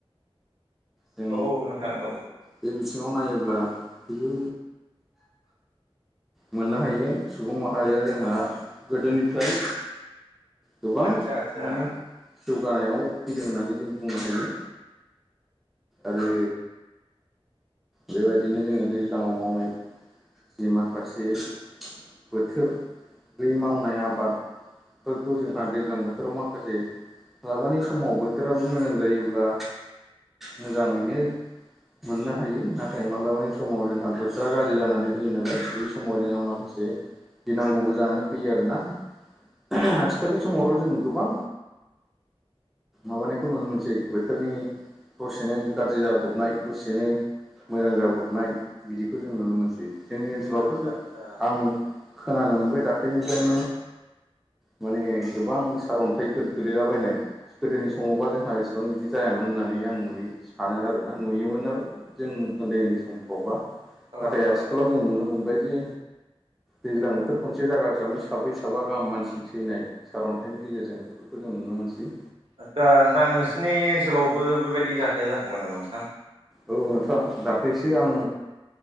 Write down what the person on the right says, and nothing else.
औ नोंथां औ
आदसा आदसा
आतसा
आतसा
अ
अ
आदसा नोंथां नोंसिनि ओनसोलावबो बेबायदि जाथाया जाखांबाय नामा नोंथां